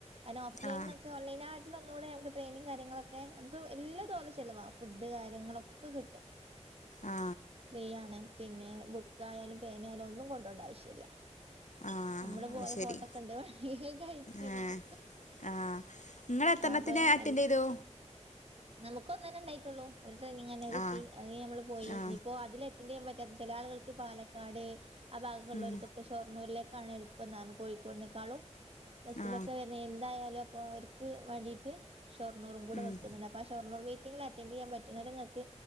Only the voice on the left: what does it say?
ആ
ആ
ആ
അത്
ശരി
ആ ആ നിങ്ങൾ എത്ര
എണ്ണത്തിന് അറ്റൻഡ്
ചെയ്തു
ആ
ആ
ഉം,
ആ
ഉം,